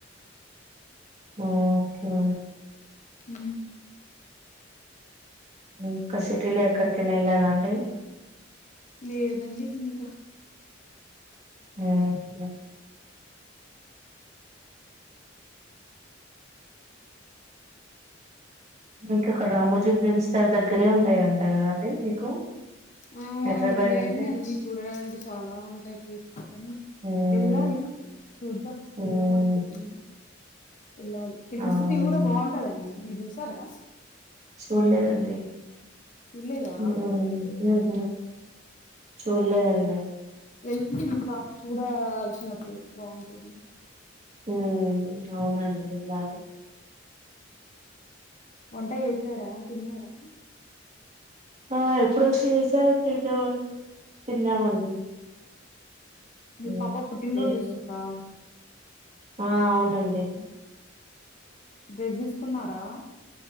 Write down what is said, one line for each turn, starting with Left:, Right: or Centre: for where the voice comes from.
Right: ఓకే.
Left: ఉమ్.
Right: ఇంకా సిటీలో ఎక్కడికైనా వెళ్లారా అండి.
Left: లేదండి ఇంకా.
Right: ఒకే. మీకు అక్కడ రామోజీ ప్రిమ్స్ స్టల్ దగ్గరే ఉంటాయింట కదా అండి మీకు.
Left: ఆ
Right: హైదరాబాద్
Left: ఉంటాయండి
Right: అంటే
Left: అన్ని చూడడానికి చాలా ఉంటాయి తీసుకోవడాని.
Right: మ్మ్
Left: వెళ్ళాలి చూద్దాం
Right: మ్మ్
Left: వెళ్దాం అనుకుంటున్నాం. ఎల్లాలి ఫిల్మ్
Right: అవునండి
Left: సిటీ కూడా బాగుంటదండి మీరు చూసారా.
Right: చూడలేదండి
Left: చూడలేదా
Right: ఏమో మరి. <unintelligible> చూల్లేదండి.
Left: వెళ్ళడి మీ పాప కూడా అల్సిన ప్లేస్ బాగుంటుంది.
Right: ఉ అవునండి వెళ్ళాలి.
Left: వంట చేస్తారా తిన్నారా.
Right: ఆ ఎప్పుడో వచ్చి చేసా తిన్నమ్ తిన్నామండి.
Left: మీ
Right: మ్మ్
Left: పప పుట్టినరోజు
Right: నేను
Left: వస్తుందా.
Right: ఆ అవునండి.
Left: డేస్ తీసుకున్నారా.